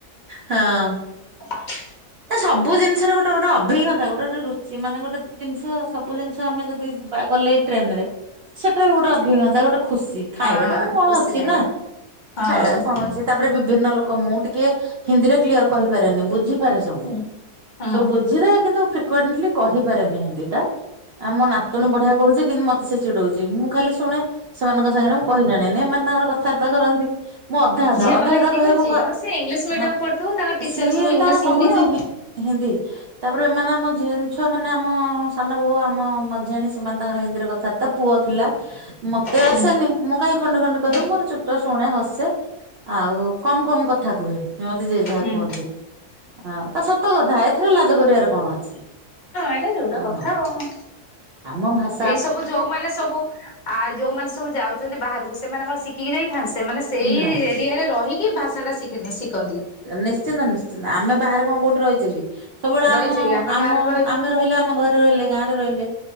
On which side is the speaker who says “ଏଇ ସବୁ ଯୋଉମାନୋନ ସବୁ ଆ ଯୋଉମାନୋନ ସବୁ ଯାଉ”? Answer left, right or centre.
Left